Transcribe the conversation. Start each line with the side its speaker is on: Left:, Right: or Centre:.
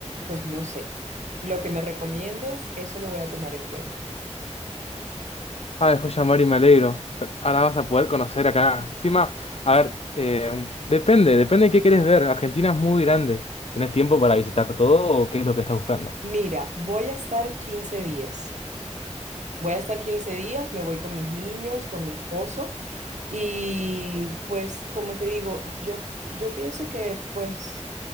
Right: pues no sé. Lo que me recomiendes, eso lo voy a tomar en cuenta.
Left: Ah, joya Mari, me alegro. O sea, Ahora vas a poder conocer acá. Encima, a
Right: Sí.
Left: ver, eh, depende, depende de qué querés ver. Argentina es muy grande. ¿Tenés tiempo para visitar todo o qué es lo que estás buscando?
Right: Mira, voy a estar 15 días. Voy a estar 15 días, me voy con mis niños, con mi esposo y pues como te digo, yo, yo pienso que pues